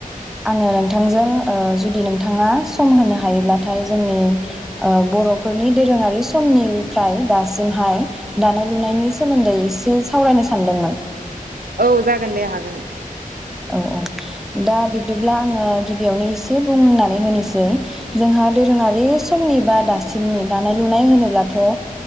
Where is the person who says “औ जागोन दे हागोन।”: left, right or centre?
Right